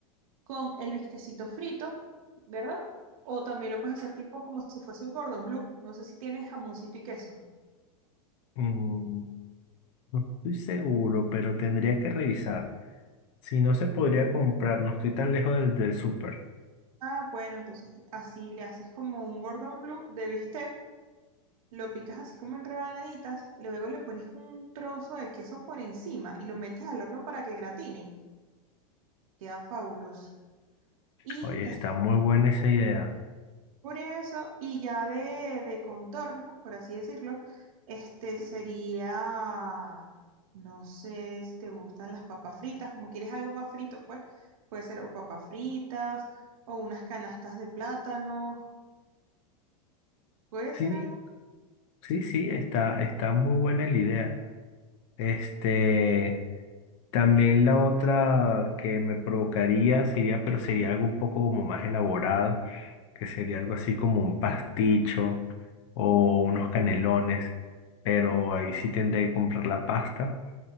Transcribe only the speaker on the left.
Mm, no estoy seguro, pero tendría que revisar. Si no se podría comprar, no estoy tan lejos del, del súper.
Oye, está
muy buena esa idea.
Sí.
Sí, sí, está, está muy buena la idea. Este, también la otra que me provocaría sería, pero sería algo un poco como más elaborado, que sería algo así como un pasticho o unos canelones, pero ahí sí tendré que comprar la pasta.